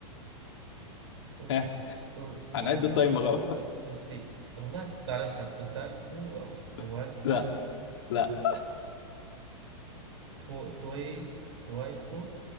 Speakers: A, on the right; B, on the left.
A: أس...
B: ها
A: أ-
B: هنعد
A: أويلكم
B: التايمر اهو
A: أسي والله كنت أعرفها أسالكو أو أوالكم
B: <laughs> لا لا
A: تو... توي تويكو